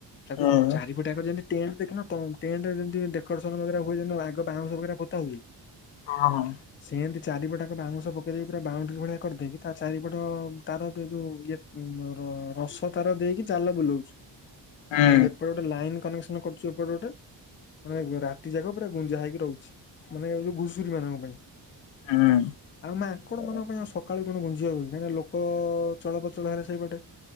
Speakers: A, on the left (about 30°); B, on the left (about 85°).
A: ତାକୁ
B: ହୁଁ।
A: ଚାରି ଗୋଟେ ଆଗ ଜେନ୍ତି ଟେଣ୍ଟ ଦେଖିନ ଟେଣ୍ଟ ରେ ଯେମତି ଡେକୋରେଶନ ହୁଏ ଆଗ ବାଉଁଶ ପୋତା ହୁଏ।
B: ହଁ ହଁ
A: ସିଏ ଏମିତି ଚାରିପଟାକ ବାଉଁଶ ପକେଇ ଦେଇକି ପୁରା ବାଉଣ୍ଡରି ଭଳିଆ କରିଦେଇକି ତା ଚାରିପଟ ତାର ଯୋଉ ଯୋଉ ଇ ମୋର ରସ ତାର ଦେଇକି ଜାଲ ବୁଲଉଛି
B: ହୁଁ
A: ଆଉ ଏପଟ ଗୋଟେ ଲାଇନ କନେକ୍ସନ କରୁଛୁ ଏପଟେ ଗୋଟେ ମାନେ ରାତି ଯାକ ପୁରା ଗୁଞ୍ଜା ହେଇକି ରହୁଛି। ମାନେ ଯଉ ଘୁଷୁରୀ ମାନଙ୍କ ପାଇଁ
B: ହୁଁ
A: ଆଉ ମାଙ୍କଡ
B: ଅ
A: ମାନଙ୍କ ପାଇଁ ସକା ଳୁ କଣ ଗୁଞ୍ଜି ହୁନ କାଁ ଲୋକ ଚଳପଚଳ ହେଲେ ସେଇପଟେ